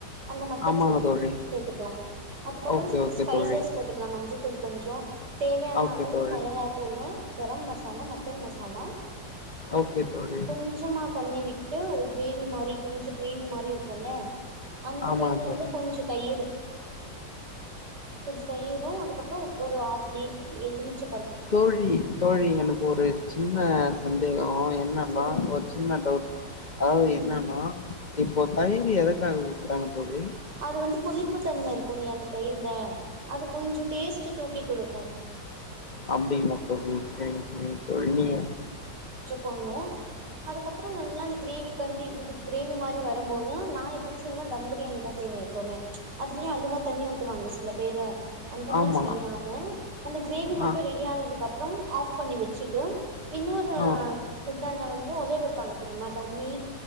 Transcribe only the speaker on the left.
ஆமாங்க
தோழி.
ஓகே, ஓகே
தோழி.
ஓகே
தோழி.
ஓகே தோழி.
ஆமாங்க
தோழி.
தோழி தோழி எனக்கு ஒரு சின்ன சந்தேகம் என்னனா
ஒரு சின்ன டவுட் அதாவது
என்னனா இப்போ தயிர் எதற்காக ஊத்துராங்க தோழி
அப்படிங்கலா தோழி சரிங்க சரிங்க தோழி நீ
ஆமா
ஆ
ஆ